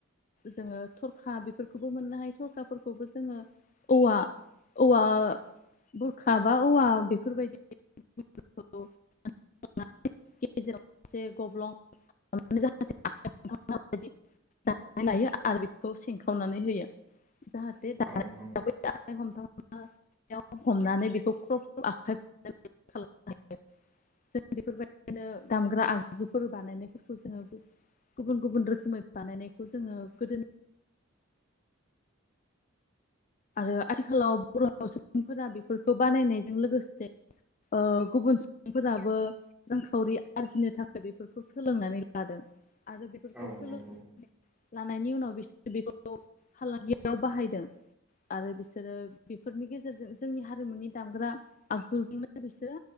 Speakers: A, on the left; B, in the centre.
A: जोङो थरखा बेफोरखौबो मोननो हायो थरखाफोरखौबो जोङो औवा औवा बुरखा बा औवा बेफोरबायदि <unintelligible> गेजेरावसे एसे गब्लं <unintelligible> खौ सिंखावनानै होयो जाहाथे दा
B: औ
A: <unintelligible>
B: नंगौ
A: हमथा <unintelligible> हमनानै बेखौ खायनो <unintelligible> जों बेफोरबायदिनो दामग्रा आगजुफोर बानायनायफोरखौ जोङो गुबुन गुबुन रोखोमै बानायनायखौ जोङो गोदोनि आरो आथिखालाव बर' सुबुंफोरा बेफोरखौ बानायनायजों लोगोसे ओ गुबुन सुबुंफोराबो रांखावरि आरजिनो थाखाय बेफोरखौ सोलोंनानै लादों। आरो बेफोरखौ
B: औ
A: सोलों
B: नंगौ
A: लानायनि उनाव बिसोर बेखौ फालांगियाव बाहायदों। आरो बिसोरो बेफोरनि गेजेरजों जोंनि हारिमुनि दामग्रा आगजुजोंनो बिसोरो